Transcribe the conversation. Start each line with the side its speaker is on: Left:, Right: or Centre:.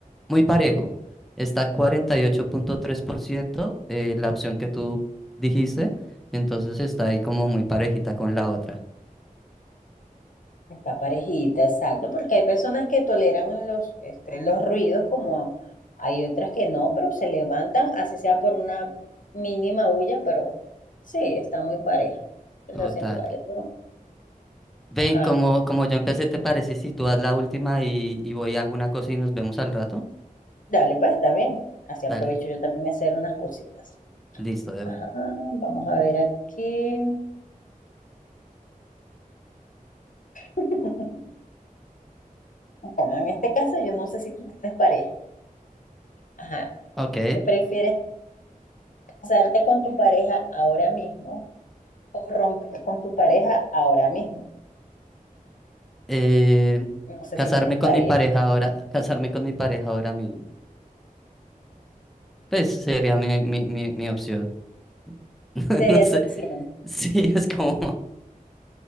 Centre: muy parejo. Está 48.3%, eh, la opción que tú dijiste, entonces está ahí como muy parejita con la otra.
Left: Está parejita, exacto, porque hay personas que toleran los, este, los ruidos como hay otras que no, pero se levantan, así sea por una mínima huya, pero sí, está muy pareja. Lo
Centre: Total.
Left: siento igual. ¿no?
Centre: Ven,
Left: Ajá,
Centre: como, como yo empecé, ¿te parece si tú haz la última y, y voy a alguna cosa y nos vemos al rato?
Left: dale, pues está bien. Así
Centre: Dale,
Left: aprovecho yo también a hacer unas cositas.
Centre: listo, de
Left: Ajá,
Centre: una.
Left: vamos a ver aquí. <laughs> Bueno, en este caso yo no sé si tú tienes pareja. Ajá,
Centre: Ok.
Left: ¿qué prefieres casarte con tu pareja ahora mismo o romper con tu pareja ahora mismo?
Centre: eh,
Left: No sé
Centre: casarme
Left: si tienes
Centre: con
Left: pareja,
Centre: mi pareja ahora, casarme con mi pareja ahora mismo. Pues sería mi, mi, mi, mi opción. <laughs>
Left: sería
Centre: No sé.
Left: tu opción.
Centre: Sí, es como.